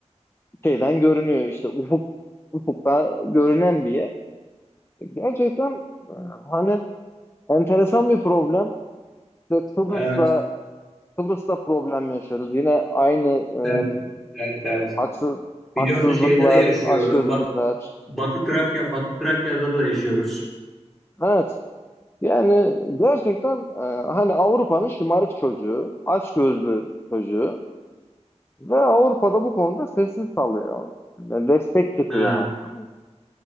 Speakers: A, on the left (about 20°); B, in the centre.
A: şeyden görünüyor işte ufuk ufukta görünen bir yer. Gerçekten e, hani enteresan bir problem. İşte Kıbrıs'ta
B: Evet.
A: Kıbrıs'ta problem yaşıyoruz. Yine aynı e,
B: Evet. Evet. Evet.
A: haksız haksızlıklar,
B: Biliyorsun şeyde de yaşıyoruz.
A: açgözlülükler.
B: Bat Batı Trakya, Batı Trakya'da da yaşıyoruz.
A: Evet. Yani gerçekten e, hani Avrupa'nın şımarık çocuğu, açgözlü çocuğu ve Avrupa'da bu konuda sessiz kalıyor. Destek çıkıyor
B: Ha,
A: hatta.